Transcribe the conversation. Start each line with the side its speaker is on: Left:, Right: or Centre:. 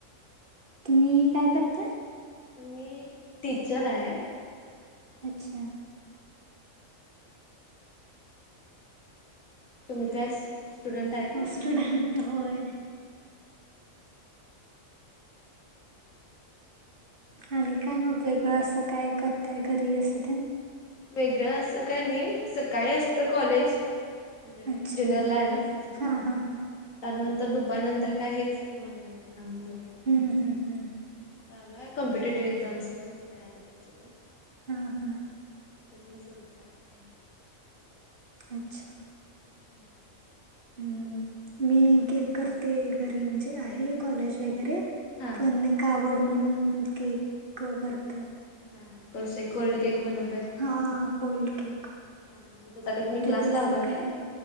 Right: तुम्ही काय करताय?
Left: मी टीचर आहे.
Right: अच्छा.
Left: तुम्ही काय? स्टुडंट आहे का?
Right: स्टुडंट होय. आणि काय मग वेगळं असं काय करताय घरी असं ते
Left: वेगळं असं काय नाही सकाळी असत कॉलेज. म्हजे म
Right: अच्छा
Left: ज्युनिरला आहे ना कि
Right: हा
Left: त्यानंतर
Right: हा हा
Left: दुपारनंतर काय आहेच की ऑनलाईन काम वगैरे
Right: हम्म
Left: करायचं.
Right: हम्म हम्म
Left: चालू आहे कॉम्पिटेटिव्ह एक्झाम्स पण तयारी त्याची पण
Right: हा हा.
Left: ते पण सुरूच हाय.
Right: अच्छा.
Left: हम्म.
Right: हम्म. मी केक करते घरी म्हणजे आहे कॉलेज वगैरे
Left: हा
Right: पण एक आवड म्हणून केक करतय.
Left: हा हा. कसे कोल्ड केक बनव
Right: हा कोल्ड केक.
Left: हा हा. मग त्याचा तुम्ही
Right: म्हणजे
Left: काय क्लास
Right: जसं
Left: लावला होता?
Right: काय